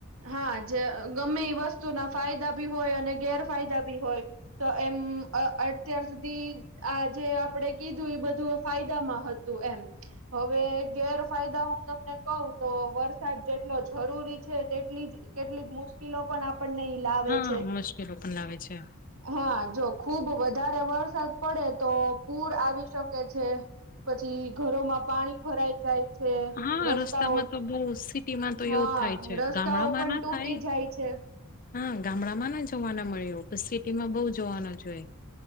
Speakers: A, on the right; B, on the left.
A: હા જે, ગમે એ વસ્તુ ના ફાયદા બી હોય અને ગેરફાયદા બી હોય, તો એમ અત્યાર સુધી આ જે આપડે કીધું એ બધું ફાયદામાં હતુ, એમ. હવે, ગેરફાયદા હું તમને કઉ તો વરસાદ જેટલો જરૂરી છે, તેટલો કેટલીક મુશ્કેલો, પણ આપ લાવે
B: હા
A: છે,
B: મુશ્કેલો પણ લાવે છે
A: હા જો ખુબ વધારે વરસાદ પડે તો પૂર આવી શકે છે, પછી ઘરોમાં, પાણી ભરાઈ જાય. છે.
B: હા
A: રસ્તાઓ
B: રસ્તામાં તો બહુ સિટીમાં તો
A: હા
B: એવું થાય છે
A: રસ્તાઓ
B: ગામડામાં
A: પણ
B: ના
A: તૂટી
B: થાય
A: જાય છે.
B: હા, ગામડામા ના જોવાના મળ્યો સિટીમાં બવ જોવાના જોએ